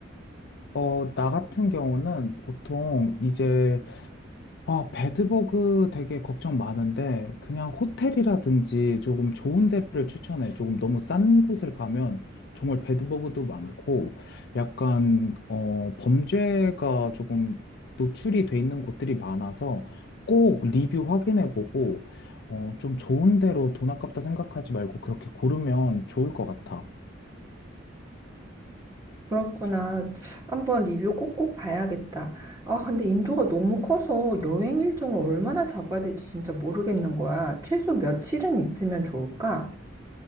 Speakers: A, on the left; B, on the right.
A: 어, 나 같은 경우는 보통 이제 아, 배드버그 되게 걱정 많은데, 그냥 호텔이라든지 조금 좋은 데를 추천해. 조금 너무 싼 곳을 가면 정말 배드버그도 많고, 약간, 어, 범죄가 조금 노출이 돼 있는 곳들이 많아서 꼭 리뷰 확인해 보고, 어, 좀 좋은 데로 돈 아깝다 생각하지 말고 그렇게 고르면 좋을 것 같아.
B: 그렇구나. 한번 리뷰 꼭꼭 봐야겠다. 아, 근데 인도가 너무 커서 여행 일정을 얼마나 잡아야 될지 진짜 모르겠는 거야. 최소 며칠은 있으면 좋을까?